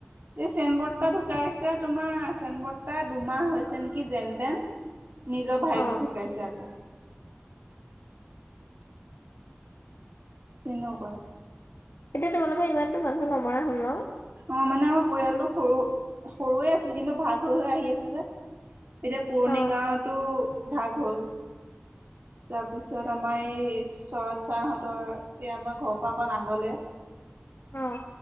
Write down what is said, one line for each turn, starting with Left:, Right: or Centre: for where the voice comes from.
Right: এই চেন বৰ্তা ঢুকাইছে তোমাৰ চেন বৰ্তাৰ দুমাহ হৈছে নেকি যেন তেন। নিজৰ ভাইকটো
Left: অ
Right: ঢুকাইছে আকৌ। তেনেকুৱা।
Left: এতিয়া তোমালোকৰ ইমানতো মানুহ ন মৰা হ'ল ন?
Right: অঁ, মানে আমাৰ পৰিয়ালটো সৰু সৰুৱে আছিল কিন্তু ভাগ হৈ হৈ আহি আছে যে। এতিয়া পুৰণি
Left: অ
Right: গাঁৱতো ভাগ হ'ল। তাৰপিছত আমাৰ এই চৰৎ চাৰহঁতৰ এই আমাৰ ঘৰৰ পৰা অকণ আগলৈ।
Left: অঁ।